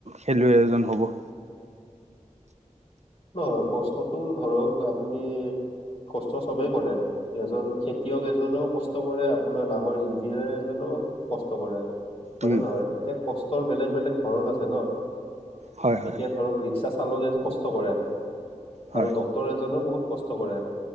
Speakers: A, on the right; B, on the left.
A: খেলুৱৈ এজন হ'ব।
B: নহয় কষ্টটো ধৰক আপুনি কষ্ট চবেই কৰে। এজন খেতিয়ক এজনেও কষ ট কৰে আপোনাৰ ডাঙৰ ইঞ্জিনিয়াৰ এজনেও কষ্ট কৰে হয়
A: উম
B: নে নহয়? এতিয়া কষ টৰ বেলেগ - বেলেগ ধৰণ আছে ন
A: হয় হয়
B: এতিয়া ধৰক ৰিক্সা চালকে যে কষ্ট কৰে
A: হয়
B: আৰু ডক্তৰ এজনেও বহুত কষ্ট কৰে